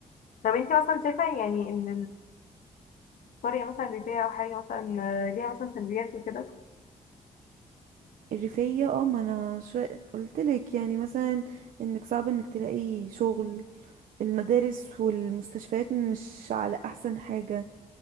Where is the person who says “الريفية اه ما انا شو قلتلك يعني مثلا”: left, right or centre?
Right